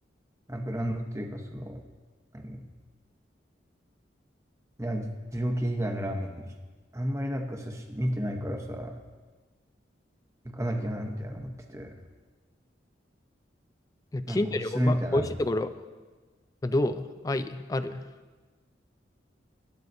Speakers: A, on the right; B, on the left.
A: あ、ブランドっていうか、その、何、いや、二郎系以外のラーメン、あんまりなんかさ、し見てないからさ、行かなきゃな、みたいな思ってて、
B: で近所にお、
A: なんかおすすめみたいなのある。
B: ま、美味しいところ、どうあい、ある